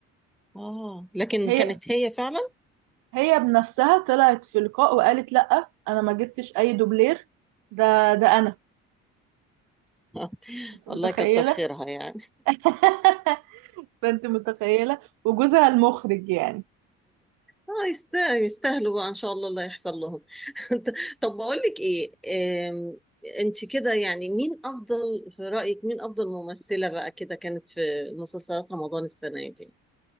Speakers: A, in the centre; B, on the right.
A: اه لكن
B: هي
A: كانت هي فعلا
B: هي بنفسها طلعت في لقاء وقالت لا انا ما جبتش اي دوبلير ده ده انا
A: <laughs>
B: انت
A: والله
B: متخيله
A: كتر خيرها يعني
B: <laughs> فانت متخيله وجوزها المخرج يعني
A: اه يست- يستاهلوا بقى ان شاء الله اللي هيحصل لهم <laughs> طب بقول لك ايه آم، انت كده يعني مين افضل في رأيك مين افضل ممثلة بقى كده كانت في مسلسلات رمضان السنة دي